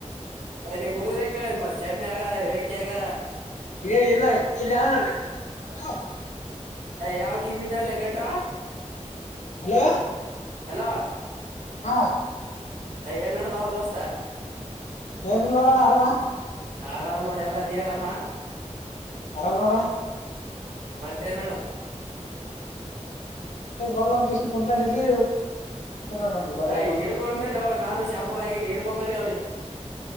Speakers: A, on the right; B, on the left.
A: ಅದೇ ನೀವ್ ಹುಡುಗರೇ ಕೇಳಿದ ಮತ್ ಶಮ್ಯಗ, ವೆಂಕ್ಯಗ
B: ಏ ಇಲ್ಲ ಇಲ್ಲಿ ಹನುಕ್ಕೆ ಅ
A: ಯಾವ ಕಿಂಗ್ ಬಿದ್ದಲ್ಲೆ ಟ
B: ಹಲೋ
A: ಹಲೋ
B: ಹಾ
A: ಏ ನಡ್ದ ದೋಸ್ತ
B: ಏನಿಲ್ಲ ನೋಡೋಣ ಆರಾಮ
A: ಆರಾಮ್ ನೋಡಿ ಎಲ್ಲಾ ನಿ ಆರಾಮ.
B: ಆರಾಮನೋಡಣ
A: ಮತ್ತೆ ನಡದ
B: ಒನ್ ಅಂದ ಕುಂತಾನ ಇಲ್ಲಿ <unintelligible>
A: ಹ
B: ಬಂದು
A: ಹಿಡ್ಕೊಂಡ್ ಬರ್ರಿ ಅವ ನಾನು ಶಾಪುರ್ ದಾಗ ಹ ಇಡ್ಕೊ ಬರ್ರಿ ಅವ್ನಿಗೆ